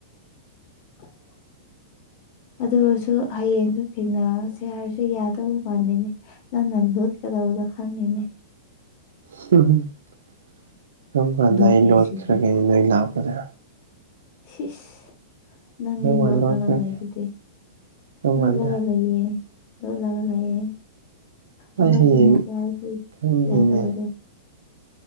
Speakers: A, on the left; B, on the right.
A: <inaudible> ꯑꯗꯨꯑꯨꯢꯁꯨ ꯍꯌꯦꯡꯁꯨ ꯊꯦꯡꯅꯁꯦ ꯍꯥꯏꯔꯁꯨ ꯌꯥꯗꯧ ꯃꯥꯜꯂꯤꯅꯦ ꯅꯪꯅ ꯂꯣꯠꯀꯗꯧꯕꯗꯣ ꯈꯪꯉꯤꯅꯦ
B: <unintelligible> ꯀꯝ ꯀꯥꯟꯗ
A: ꯅꯣꯛꯑꯦ
B: ꯑꯩ ꯂꯣꯠꯈ꯭ꯔꯒꯦꯅꯦ
A: ꯁꯤꯗꯤ
B: ꯅꯣꯏ ꯂꯥꯛꯄꯗꯥ
A: ꯁꯤꯁ ꯅꯪꯗꯤ
B: ꯀꯔꯝ ꯀꯥꯟ
A: ꯂꯣꯠꯂꯒ
B: ꯂꯣꯠꯈ꯭ꯔꯒꯦ
A: ꯂꯩꯗꯨꯗꯤ
B: ꯀꯔꯝ
A: ꯂꯣꯠꯂꯒ
B: ꯀꯥꯟꯗ
A: ꯂꯩꯌꯦ ꯂꯣꯠꯂꯒ ꯂꯩꯌꯦ ꯑꯩꯈꯣꯏ
B: ꯑꯩ ꯍꯌꯦꯡ
A: ꯊꯦꯡꯅꯁꯦ ꯍꯥꯏꯁꯤ
B: ꯈꯪꯗꯦꯅꯦ
A: ꯌꯥꯗꯕꯗꯣ